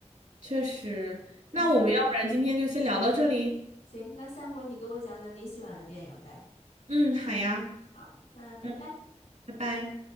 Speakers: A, on the right; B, on the left.
A: 确实。
B: 嗯，
A: 那我们要不然今天就先聊到这里。
B: 行，那下回你给我讲讲你喜欢的电影呗，
A: 嗯，好呀。
B: 好，那拜拜。
A: 嗯，拜拜。